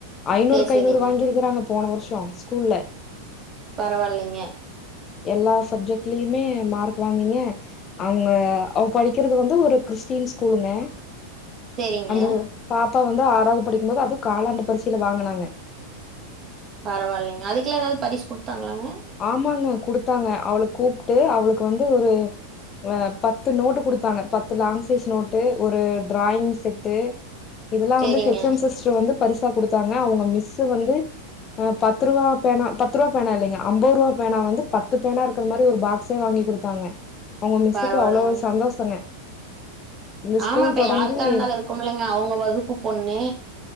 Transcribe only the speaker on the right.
சேரி சேரிங்க
பரவால்லைங்க
சேரிங்க
பரவால்லைங்க அதுக்குல்லா எதாது பரிசு குடுத்தாங்களாங்க
சேரிங்க
பரவால்லைங்க
ஆமா
இப்ப
யாருக்கா இருந்தாலு இருக்கும்லங்க அவங்க வகுப்பு பொண்ணு